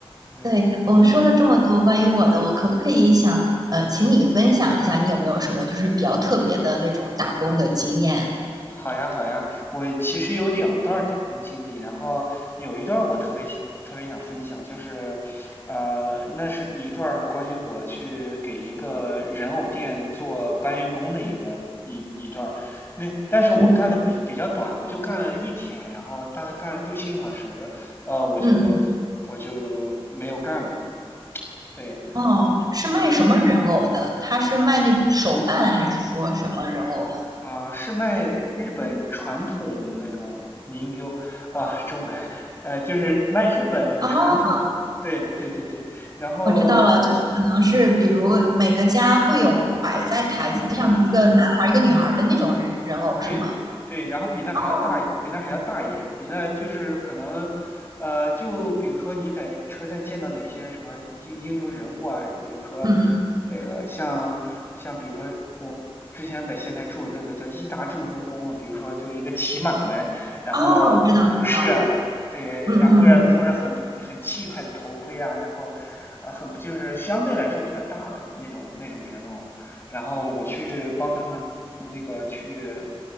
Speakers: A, on the left; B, on the right.
A: <laughs> 对对，
B: 对，我说了这么多关于我的，
A: 嗯
B: 我可不可以想，呃，请你分享一下，你有没有什么就是比较特别的那种打工的经验？
A: 好呀，好呀，我其实有两段儿打工经历，然后有一段儿我特别喜特别想分享，就是，呃，那是一段儿关于我去给一个人偶店做搬运工的一个一一段儿那但是我干的比比较短，
B: 嗯，
A: 我就干了一天，然后大概干了六七个小时，呃，我就我就没有干了，
B: 嗯
A: 对，
B: 哦，是卖什么人偶的？
A: 对，
B: 他是卖那种手办，还是说什么人偶呢？
A: 啊，是卖日本传统那种凝 i 啊，中文，呃，就是卖日本传统，
B: 哦，
A: 对对对对，然后
B: 我知道了，就是可能是比如每个家会有摆在台子上的一个男孩儿一个女孩儿的那种人人偶，
A: 对对对，对对，
B: 是吗？
A: 然后比那还要大一比那还要大一点，
B: 哦，
A: 比那就是可能，呃，就比如说你在车站见到哪些什么英英雄人物啊，比如说那个像像比如说我之前在仙台住那个叫伊达正宗宫啊，
B: 嗯嗯，
A: 比如说就是一个骑马的，然后武士啊，
B: 哦，知道知道，
A: 对，
B: 嗯嗯嗯
A: 然后或者或者很很气派的头盔啊，然后呃很就是相对来说比较大的那种那种人偶，然后我去帮他们那个去。